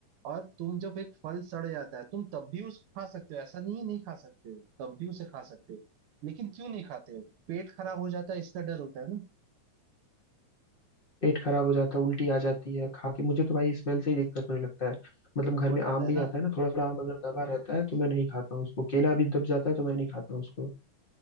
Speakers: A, on the right; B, on the left.
A: और तुम जब एक फल सड़ जाता है तुम तब भी उस खा सकते हो ऐसा नहीं है नहीं खा सकते हो तब भी उसे खा सकते हो लेकिन क्यों नहीं खाते हो पेट खराब हो जाता है इसका डर होता है ना
B: पेट खराब हो जाता है उल्टी आ जाती है खा के मुझे तो भाई स्मेल से ही दिक्कत होने लगता है मतलब घर
A: हो
B: में आम
A: जाता है
B: भी
A: ना
B: आता है ना थोड़ा थोड़ा आम अगर दबा रहता है तो मैं नहीं खाता हूँ उसको केला भी दब जाता है तो मैं नहीं खाता हूँ उसको